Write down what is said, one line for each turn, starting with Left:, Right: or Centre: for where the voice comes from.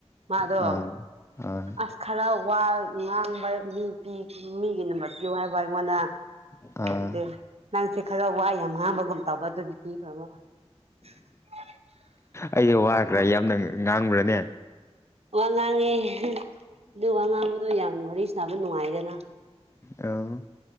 Right: ꯃꯥꯗꯣ
Left: ꯑꯥ ꯑꯥ
Right: ꯑꯁ ꯈꯔ ꯋꯥ ꯉꯥꯡꯕ ꯃꯤ ꯄꯤ ꯃꯤꯒꯤ ꯅꯝꯕꯔ ꯄꯤꯌꯨ ꯍꯥꯏꯕ ꯑꯩꯉꯣꯟꯗ
Left: ꯑꯥ
Right: ꯑꯗꯨ ꯅꯪꯁꯦ ꯈꯔ ꯋꯥ ꯌꯥꯝ ꯉꯥꯡꯕꯒꯨꯝ ꯇꯧꯕ ꯑꯗꯨꯒꯤ ꯄꯤꯈ꯭ꯔꯣꯕ <unintelligible>
Left: ꯑꯩꯖꯦ ꯋꯥꯒ꯭ꯔ ꯌꯥꯝꯅ ꯉꯥꯡꯕ꯭ꯔꯅꯦ
Right: ꯋꯥ ꯉꯥꯡꯉꯦ <unintelligible> ꯑꯗꯨ ꯋꯥ ꯉꯥꯡꯕꯗꯣ ꯌꯥꯝꯅ ꯋꯥꯔꯤ ꯁꯥꯟꯅꯕ ꯅꯨꯡꯉꯥꯏꯗꯅ
Left: ꯑꯥ